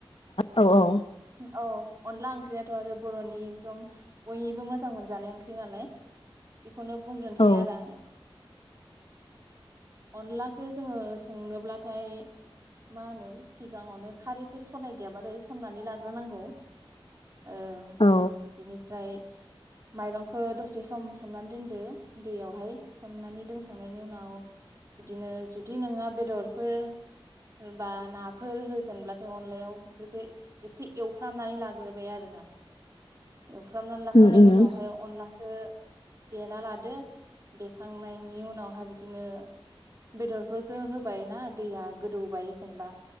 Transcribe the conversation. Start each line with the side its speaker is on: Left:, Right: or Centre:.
Left: औ औ
Right: औ अनला ख्रियाथ' आरो बर'नि एकम बयनिबो मोजां मोनजानाय ओंख्रि नालाय बेखौनो बुंग्रोनोसै
Left: औ
Right: आरो आङो अनलाखौ जोङो संनोब्लाथाय मा होनो सिगाङावनो खारैफोर रनाय गैयाबाथाय सरनानै लाग्रोनांगौ। ओ
Left: औ
Right: बिनिफ्राय माइरंखौ दसे सम सोमनानै दोनदो दैयावहाय सोमनानै दोनखांनायनि उनाव बिदिनो जुदि नोङो बेदरफोर बा नाफोर होगोनब्लाथाय अ नलायाव बेफोरखौ एसे एवफ्रामनानै लाग्रोबाय आरोना। फ्रामनानै लाखांनायनि
Left: उम उम
Right: उनावहाय अनला खौ देना लादो देखांनायनि उनावहाय बिदिनो बेदरफोरखौ होबाय ना दैया गोदौबाय जेनेबा